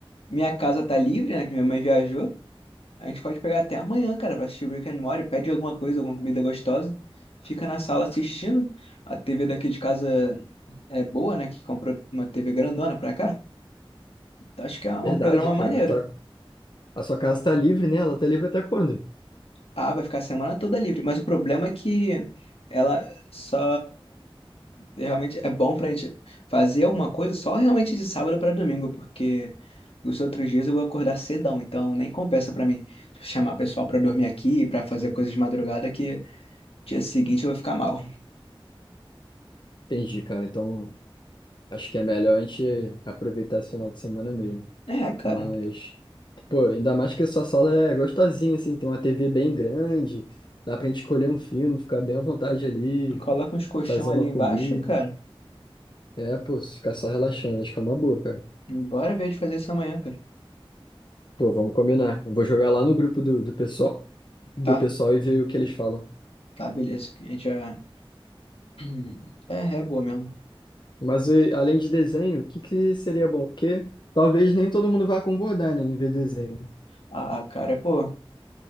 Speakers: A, on the left; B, on the left.
A: Minha casa tá livre, né, que minha mãe viajou. A gente pode pegar até amanhã, cara, pra assistir Rick and Morty. Pede alguma coisa, alguma comida gostosa. Fica na sala assistindo. A TV daqui de casa é boa, né, que comprou uma TV grandona pra cá. Então, acho que é um
B: Verdade,
A: programa
B: cara.
A: maneiro.
B: Tá- A sua casa tá livre, né? Ela tá livre até quando?
A: Ah, vai ficar a semana toda livre. Mas o problema é que ela só Realmente é bom pra gente fazer alguma coisa só realmente de sábado pra domingo, porque os outros dias eu vou acordar cedão, então nem compensa pra mim chamar pessoal pra dormir aqui, pra fazer coisa de madrugada, que dia seguinte eu vou ficar mal.
B: Entendi, cara. Então, acho que é melhor a gente aproveitar esse final de semana mesmo.
A: É, cara,
B: Mas, pô, ainda mais que a sua sala é gostosinha, assim, tem uma TV bem grande, dá pra gente escolher um filme, ficar bem à vontade ali,
A: coloca uns colchão
B: fazer
A: ali
B: uma
A: embaixo,
B: comida.
A: cara.
B: É, pô, ficar só relaxando, acho que é uma boa, cara.
A: Bora ver de fazer isso amanhã, cara.
B: Pô, vamos combinar. Eu Vou jogar lá no grupo do, do pessoal, do
A: Tá,
B: pessoal e ver o que eles falam.
A: tá, beleza. A gente já. <clears throat> É, é boa mesmo.
B: Mas e, além de desenho, o que que seria bom? Porque talvez nem todo mundo vá concordar, né, em ver desenho.
A: Ah, cara, pô.